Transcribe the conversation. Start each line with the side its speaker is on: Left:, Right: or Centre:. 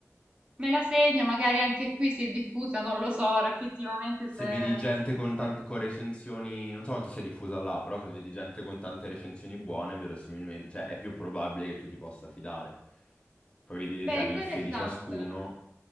Right: me la segno, magari anche qui si è diffusa, non lo so ora effettivamente se...
Left: Se vedi gente con, tante,
Right: se-
Left: con recensioni, non so quanto sia diffusa là, però se vedi gente con tante recensioni buone, verosimilmente, cioè è più probabile che tu ti possa fidare. Poi vedi le
Right: Beh,
Left: tariffe
Right: interessante.
Left: di ciascuno.